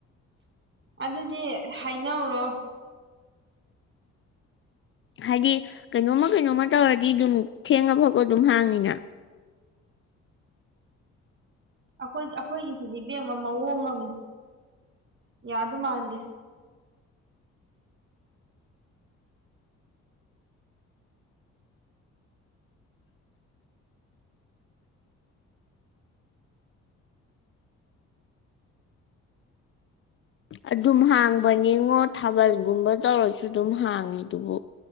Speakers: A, on the right; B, on the left.
A: ꯑꯗꯨꯗꯤ ꯍꯥꯏꯅꯧꯔꯣ
B: ꯍꯥꯏꯗꯤ ꯀꯩꯅꯣꯝꯃ ꯀꯩꯅꯣꯝꯃ ꯇꯧꯔꯗꯤ ꯑꯗꯨꯝ ꯊꯦꯡꯉꯐꯧꯕ ꯑꯗꯨꯝ ꯍꯥꯡꯉꯤꯅ
A: ꯑꯈꯣꯏ ꯑꯈꯣꯏꯒꯤꯁꯤꯗꯤ ꯕꯦꯝꯃ ꯃꯑꯣꯡ ꯑꯃꯅꯤ ꯌꯥꯗꯣ ꯃꯥꯟꯗꯦ
B: ꯑꯗꯨꯝ ꯍꯥꯡꯕꯅꯤꯉꯣ ꯊꯥꯕꯜꯒꯨꯝꯕ ꯇꯧꯔꯁꯨ ꯑꯗꯨꯝ ꯍꯥꯡꯉꯤ ꯗꯨꯕꯨ